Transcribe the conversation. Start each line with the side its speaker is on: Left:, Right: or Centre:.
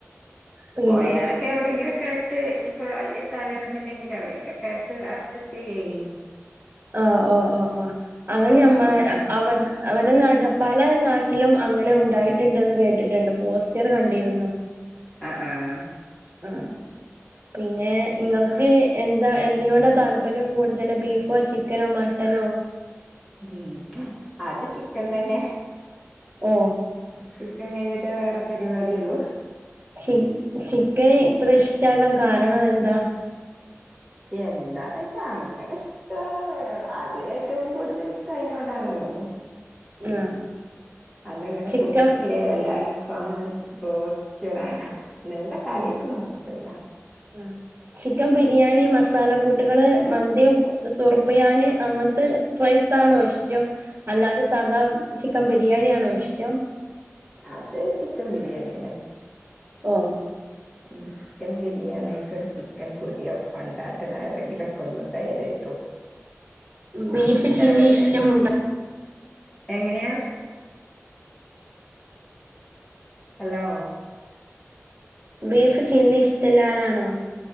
Right: പിന്നെ
Left: പോയാലൊക്കെ എവിടെയങ്കിലൊക്കെ ആയിട്ട് ഇനിയിപ്പോ വലിയ സാനം കീട്ടുന്നില്ലെങ്കില് എവിടേലൊക്കെയായിട്ട് അഡ്ജസ്റ്റ് ചെയ്യാം ഇനി
Right: ആഹ് ഓ ഓ ഓ അങ്ങനെ ഞമ്മള്
Left: ഒക്കൊക്കെ
Right: അവൻ അവർടെ നാട്ടില് പല നാട്ടിലും അങ്ങനെ ഉണ്ടായിട്ടുണ്ടെന്ന് കേട്ടിട്ടുണ്ട് പോസ്റ്റർ കണ്ടിരുന്നു
Left: അഹ് ആഹ്
Right: ആഹ് പിന്നെ നിങ്ങൾക്ക് എന്താ എന്തിനോടാ താല്പര്യം കൂടുതലും ബീഫോ ചിക്കനോ മട്ടനോ
Left: ഉം അത് ചിക്കൻ തന്നെ
Right: ഓ
Left: ചിക്കൻ കഴിഞ്ഞിട്ടേ വേറെ പരിപാടിയുള്ളൂ
Right: ചി ചിക്കന് ഇത്ര ഇഷ്ടാകാൻ കാരണം എന്താ
Left: എന്താന്നോച്ചാ അങ്ങനെ ആഹ് അതില് ഏറ്റവും കൂടുതൽ ഇഷ്ടം അതിനോടാണ് എന്നുള്ളു
Right: ആഹ്
Left: അതിങ്ങനെ
Right: ചിക്കൻ
Left: പൊരിക്കയേ എല്ലാ അൽഫാമ് ബ്രോസ്റ്റ് അങ്ങനെ നീണ്ട കറിവെക്കണതൊന്നും
Right: ഉം
Left: ഇഷ്ടല്ല
Right: ഉം ചിക്കൻ ബിരിയാണി മസാല കൂട്ടുകള് മന്തി സുറുബിയാന് അങ്ങനത്തെ റൈസാണോ ഇഷ്ടം അല്ലാതെ സാദാ ചിക്കൻ ബിരിയാണിയാണോ ഇഷ്ടം
Left: അത് ചിക്കൻ ബിരിയാണിന്നെ
Right: ഓ
Left: ഉം ചിക്കൻ ബിരിയാണി ഒക്കെ ഒരു ചിക്കൻ പൊരിയൊക്കെ കൊണ്ടാട്ടൻ ഏതെങ്കിലും ഒ ന്ന് സൈഡായിട്ടും
Right: ബീഫ്
Left: ആഹ് അപ്പുഷാറല്ലേ
Right: ചില്ലി ഇഷ്ടമുണ്ടോ
Left: എങ്ങനെയാ ഹലോ
Right: ബീഫ് ചില്ലി ഇഷ്ടൊല്ല ആളാണോ